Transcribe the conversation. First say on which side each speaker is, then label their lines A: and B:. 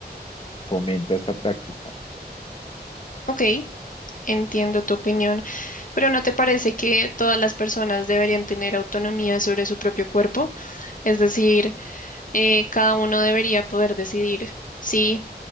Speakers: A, on the left; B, on the left.
A: fomenta esta práctica.
B: Ok. Entiendo tu opinión, pero ¿no te parece que todas las personas deberían tener autonomía sobre su propio cuerpo? Es decir, eh, cada uno debería poder decidir si